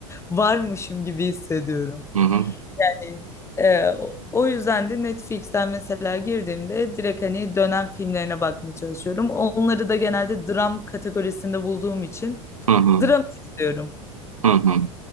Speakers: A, on the left; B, on the right.
A: varmışım gibi hissediyorum.
B: Hı hı,
A: Yani e, o o yüzden de Netflix'ten mesela girdiğimde direkt hani dönem filmlerine bakmaya çalışıyorum. Onları da genelde dram kategorisinde bulduğum için
B: hı hı,
A: dram istiyorum.
B: hı hı.